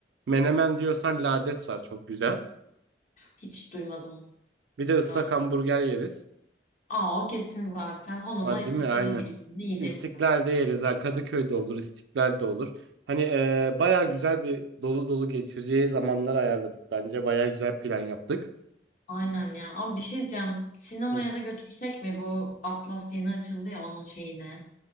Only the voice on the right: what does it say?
menemen diyorsan lades var çok güzel.
Bir de ıslak
hamburger yeriz.
Aa,
Değil mi? Aynen.
İstiklal'de yeriz. Ha, Kadıköy'de olur, İstiklal'de olur. Hani eee baya güzel bir dolu dolu geçireceği zamanlar ayarladık bence. Baya güzel plan yaptık.
Hı.